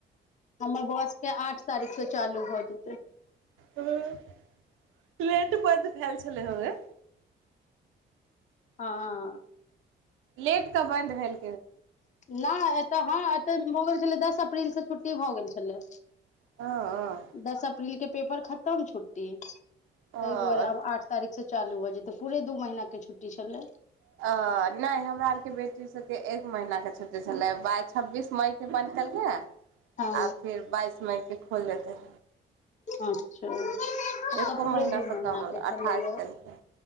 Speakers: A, on the left; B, on the right.
A: हमर बौआ सबकें आठ तारिख से चालू भऽ जेतै।
B: हँ लेट बंद भेल छलै हवे
A: हँ
B: लेट कऽ बन्द भेल।
A: नहि एतऽ हँ एतऽ तऽ भऽ गेल छलै दस अप्रील सँ छुट्टी भऽ गेल छलै।
B: हँ हँ
A: दस अप्रील के पेपर खत्म छुट्टी तहि
B: अ
A: दुआरे अब आठ तारीख से चालू भऽ जे तऽ पुरे दू महिना के छुट्टी छेलै।
B: अ नहि हमरा आरके बेटी सबके एक महीना के छुट्टघ छलै बाइस छब्बीस मइ के बन्द केलकै
A: हँ
B: आ फेर बाइस मइ के खोल देतै
A: अच्छा एतऽ
B: एको
A: पूरे
B: महीनासँ
A: दू महीना
B: कम
A: के छलैया
B: अठाइस दिनके